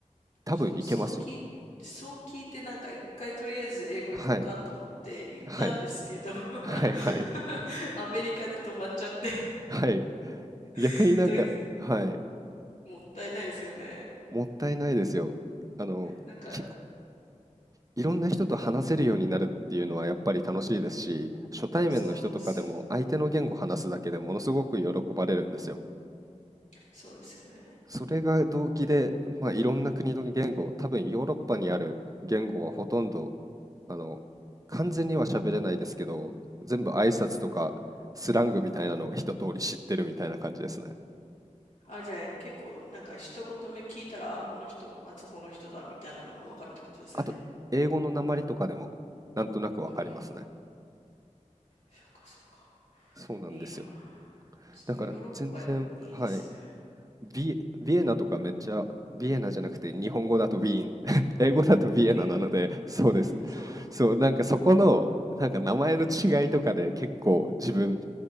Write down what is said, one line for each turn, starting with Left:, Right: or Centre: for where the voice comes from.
Right: 多分いけますよ。
Left: そう、そう聞い、そう聞いてなんか一回とりあえず英語行こうかと思って行ったんですけど
Right: はい、はい、
Left: <laughs>
Right: はいはい、
Left: アメリカで止まっちゃって
Right: はい。逆になんか、
Left: <laughs> ドイツ、
Right: はい、
Left: もったいないですよね。
Right: もったいないですよ。あの、
Left: なんか、
Right: きいろんな人と話せるようになるっていうのはやっぱり楽しいですし、初対面の人とかでも相手の言語を話すだけでものすごく喜ばれるんですよ。
Left: そうなんですよ。そうですよね。
Right: それが動機で、まあ、いろんな国の言語、多分ヨーロッパにある言語はほとんど、あの、完全には喋れないですけど、全部挨拶とかスラングみたいなのが一通り知ってるみたいな感じですね。
Left: あ、じゃあ結構なんか一言目聞いたら、あ、この人はあそこの人だみたいなのがわかるってことですよね。
Right: あと、英語の訛りとかでもなんとなくわかりますね。
Left: うん。そうかそうか。
Right: そうなんですよ。
Left: いいな。そう、
Right: だから全然、
Left: ヨーロッパいいですね。
Right: はい、ビエ、ビエナとかめっちゃ、ビエナじゃなくて日本語だとウィーン、<laughs> 英語だとビエナなので、
Left: ウィー。
Right: そうです。
Left: そうか。
Right: そう、なんかそこの、なんか名前の違いとかで結構自分、
Left: うん。